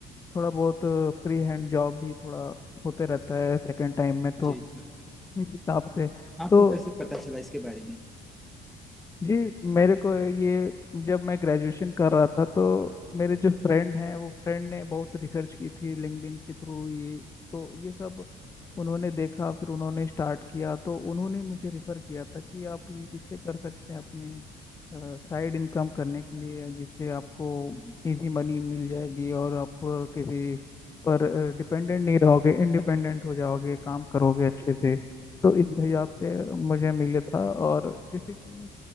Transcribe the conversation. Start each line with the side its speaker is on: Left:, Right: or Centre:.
Left: थोड़ा बहुत फ्री हैंड जॉब भी थोड़ा होते रहता है सेकंड टाइम में तो
Centre: जी जी
Left: इस हिसाब से तो
Centre: आपको कैसे पता चला इसके बारे में
Left: जी मेरे को ये जब मैं ग्रेजुएशन कर रहा था तो मेरे जो फ्रेंड हैं वो फ्रेंड ने बहुत रिसर्च की थी लिंक्डइन के थ्रू ये तो ये सब उन्होंने देखा फिर उन्होंने स्टार्ट किया तो उन्होंने मुझे रिफ़र किया था कि आप ये- इससे कर सकते हैं अपने साइड इनकम करने के लिए जिससे आपको
Centre: हम्म,
Left: इजी मनी मिल जाएगी और आप अ, किसी पर डिपेंडेंट नहीं रहोगे इंडिपेंडेंट हो जाओगे काम करोगे अच्छे से तो इस हिसाब से मुझे मिला था और जैसे कि